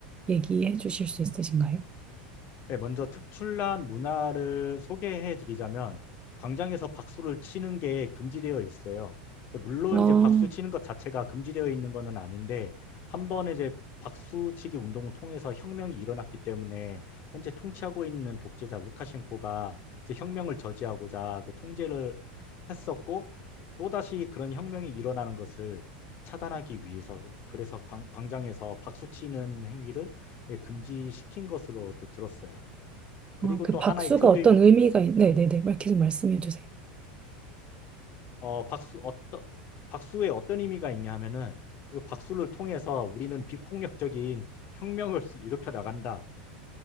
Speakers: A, on the right (about 20°); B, on the left (about 45°).
A: 얘기해 주실 수 있으신가요?
B: 네, 먼저 특출난 문화를 소개해 드리자면 광장에서 박수를 치는 게 금지되어 있어요. 근데 물론
A: 아, 어,
B: 이제 박수 치는 것 자체가 금지되어 있는 것은 아닌데 한 번에 이제 박수치기 운동을 통해서 혁명이 일어났기 때문에 현재 통치하고 있는 독재자 루카셴코가 이제 혁명을 저지하고자 그 통제를 했었고 또다시 그런 혁명이 일어나는 것을 차단하기 위해서 그래서 광- 광장에서 박수치는 행위를 예, 금지시킨 것으로 드- 들었어요. 그리고
A: 그
B: 또
A: 박수가
B: 하나의 특유의
A: 어떤 의미가 있... 네네네. 말- 계속 말씀해 주세요.
B: 어, 박수 어떤 박수에 어떤 의미가 있냐 하면은 이 박수를 통해서 우리는 비폭력적인 혁명을 일으켜 나간다라는